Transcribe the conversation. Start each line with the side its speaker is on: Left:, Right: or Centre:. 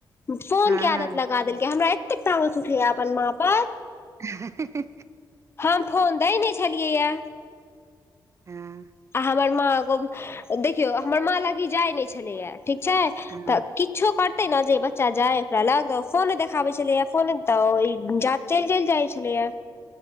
Left: फोनके
Right: हँ हँ
Left: आदत लगा देलकै हमरा एतेक तामस उठैया अपन माँ पर
Right: हं हं हं
Left: हम फोन दै नै छलिये यै।
Right: हँ
Left: आ हमर माँ गो देखियौ हमर माँ लग ई जाइ नै छलैया ठीक छै
Right: हँ
Left: तऽ किछो करतै ने जे ई बच्चा जाइ ओकरा लग तऽ फोने देखाबै छलै फोने त ई जा चलि-चलि जाइ छलैया